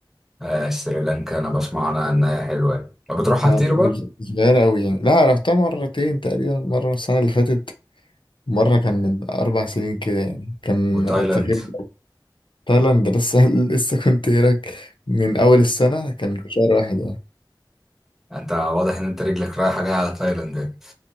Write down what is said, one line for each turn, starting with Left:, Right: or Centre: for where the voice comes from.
Centre: آه سريلانكا انا بسمع عنها انها حلوه يعني طب بتروحها
Left: آه،
Centre: كتير بقى
Left: مش صغيرة أوي يعني لا رحتها مرتين تقريبا مرة السنة اللي فاتت مرة كان من أربع سنين كده يعني كان
Centre: وتايلاند
Left: تغيير جو. تايلاند لسه <laughs> لسه كنت هناك من أول السنة كان في شهر واحد يعني
Centre: انت واضح ان انت رجلك رايحه جايه على تايلاند يعني.